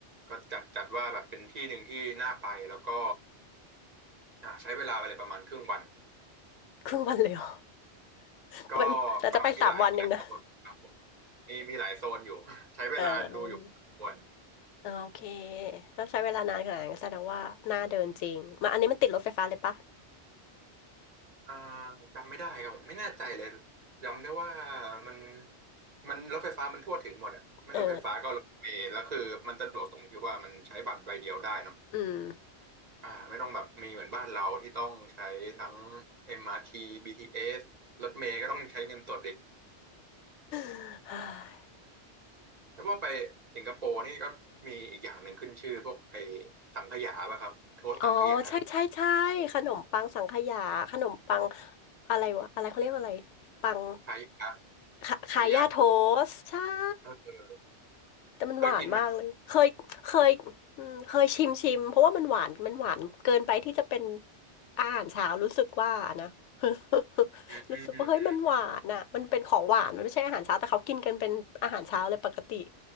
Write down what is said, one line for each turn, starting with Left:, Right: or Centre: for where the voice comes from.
Right: ก็จัดจัดว่าแบบเป็นที่หนึ่งที่น่าไปแล้วก็อ่าใช้เวลาไปเลยประมาณครึ่งวัน
Left: ครึ่งวันเลยเหรอ <laughs>
Right: ก็
Left: ไปแต่จะไปสามวันเองนะ
Right: ก็มันมีหลายหลายโซนครับผมมีมีหลายโซนอยู่ <laughs> ใช้เวลาดูอยู่พอสมควร
Left: เออเออโอเคถ้าใช้เวลานานขนาดนั้นก็แสดงว่าน่าเดินจริงมาอันนี้มันติดรถไฟฟ้าเลยปะ
Right: อ่าจำไม่ได้ครับผมไม่แน่ใจเลยจำได้ว่ามันมันรถไฟฟ้ามันทั่วถึงหมดอ่ะไม่รถไฟฟ้าก็รถเมล์แล้วคือมันสะดวกตรงที่ว่ามันใช้บัตรใบเดียวได้เนาะ
Left: เอออืม
Right: อ่าไม่ต้องแบบมีเหมือนบ้านเราที่ต้องใช้ทั้ง MRT BTS รทีบีทีเอสรถเมล์ก็ต้องใช้เงินสดอีก
Left: <sighs>
Right: แล้วพวาไปสิงคโปร์นี่ก็มีอีกอย่างหนึ่งขึ้นชื่อพวกไอ้สังขยาป่ะครับโทษสังขยาเนี่ย
Left: อ๋อใช่ใช่ใช่ขนมปังสังขยาขนมปังอะไรวะอะไรเขาเรียกว่าอะไรปัง
Right: คายา
Left: ขาขายาโท
Right: คายาโทษ
Left: สต์ใช่
Right: เออเออ
Left: แต่มันหวานมากเลยเคยเคยอืมเคยชิมชิมเพราะว่ามันหวานมันหวานเกินไปที่จะเป็น
Right: เคยกินไหม
Left: อาหารเช้ารู้สึกว่านะ <laughs>
Right: อืมอืมอืม
Left: รู้สึกว่าเฮ้ยมันหวานอ่ะมันเป็นของหวานมันไม่ใช่อาหารเช้าแต่เขากินกันเป็นอาหารเช้าเลยปกติ